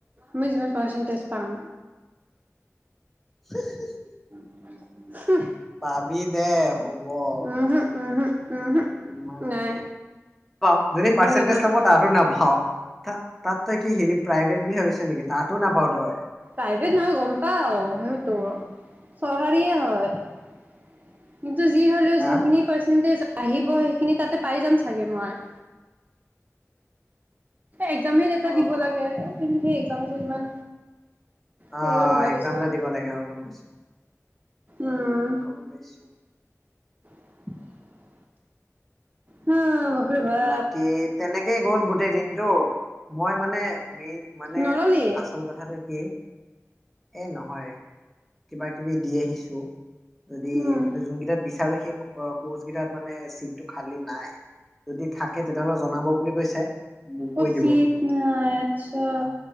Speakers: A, on the right; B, in the centre.
A: মই যিমান পাৰ্চেন্টেজ পাম।
B: <inaudible>
A: <inaudible>
B: পাবি দে হ'ব <unintelligible>
A: উমহো উমহো উমহো নাই
B: যদি
A: মোৰ
B: পাৰ্চেণ্টেজ
A: ইমান
B: নাপাও তাতো নাপাও, তাত তই কি হেৰি প্ৰাইভেট বুলি ভাবিছ নেকি? তাঁততো নাপাও তই
A: প্ৰাইভেট নহয় গম পাঁও সেইটো, চৰকাৰীয়ে হয় যি হলেও
B: হা
A: যোনখিনি পাৰ্চেণ্টেজ আহিব সেইখিনি তাতে পাই যাম চাগে মই এক্সাম এটা
B: অ
A: দিব
B: অ
A: লাগে
B: অ
A: সেই এক্সাম টো ইমান হেৰিও
B: অহ
A: নহয়
B: এক্সাম
A: দেচোন
B: এটা দিব লাগে অ গম পাইছো <unintelligible>
A: উম
B: গম পাইছোঁ
A: <inaudible> হা বাপৰে
B: উম
A: বাপ
B: বাকী তেনেকে কেই গল গোটেই দিনতটো মই মানে মেইন মানে
A: নললি
B: আচল কথাটো কি এ নহয় কিবা-কিবি দি আহিছো যদি,
A: উম।
B: মানে যোনকেইটাত বিচাৰো সেই কৰ্চ কেইটাত মানে ছিট টো খালী নাই যদি থাকে তেতিয়াহলে জনাব বুলি কৈছে মোক কৈ
A: অ
B: দিব
A: ছিট নাই আচ্ছা
B: অ